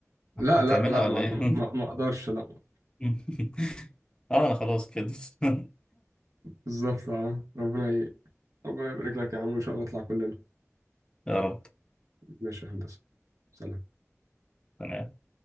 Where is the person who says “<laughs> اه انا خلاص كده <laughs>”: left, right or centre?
Left